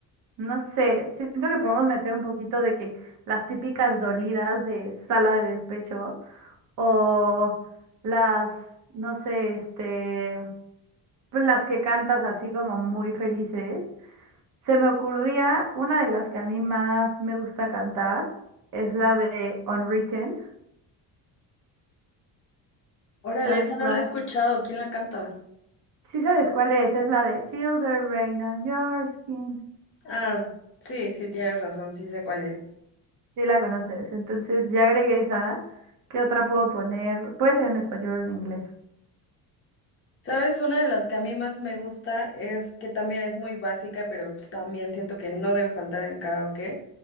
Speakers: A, on the right; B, on the left.
A: No sé, siento que podemos meter un poquito de que las típicas dolidas de sala de despecho o las, no sé, este, pues las que cantas así como muy felices. Se me ocurría una de las que a mí más me gusta cantar, es la de Unwritten.
B: Órale,
A: ¿Sabes
B: esa
A: cuál?
B: no la he escuchado. ¿Quién la canta?
A: Sí, sabes cuál es, es la de Feel the rain on your skin.
B: Ah, sí, sí, tienes razón, sí sé cuál es.
A: Sí, la conoces. Entonces ya agregué esa. ¿Qué otra puedo poner? Puede ser en español o en inglés.
B: Sabes, una de las que a mí más me gusta es que también es muy básica, pero también siento que no debe faltar en el karaoke,